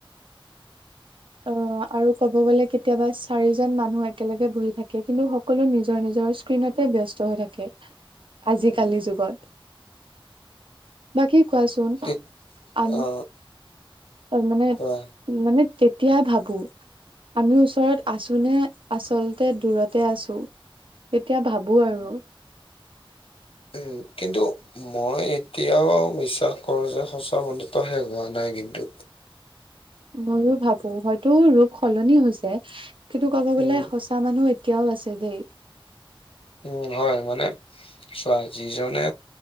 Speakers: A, on the right (about 65°); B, on the left (about 80°).
A: <inaudible> আৰু ক'ব গ'লে কেতিয়াবা চাৰিজন মানুহ একেলগে বহি থাকে। কিন্তু সকলোৱে নিজৰ নিজৰ ণতে ব্যস্ত হৈ থাকে আজিকালি
B: উম
A: যুগত। বাকী কোৱাচোন
B: ঠিক
A: আন
B: অ
A: অ', মানে
B: কোৱা
A: মানে তেতিয়া ভাবো। আমি ওচৰত আছোনে আচলতে দূৰতে আছো। তেতিয়া ভাবো আৰু।
B: উম, কিন্তু মই এতিয়াও বিশ্বাস কৰো যে সঁচা বন্ধুত্ব শেষ হোৱা নাই কিন্তু।
A: ময়োও ভাবো হয়তো ৰূপ সলনি হৈছে। কিন্তু ক'ব গ'লে
B: উম,
A: সচ মানুহ এতিয়াও আছে দেই।
B: উম, হয় মানে চোৱা যিজনে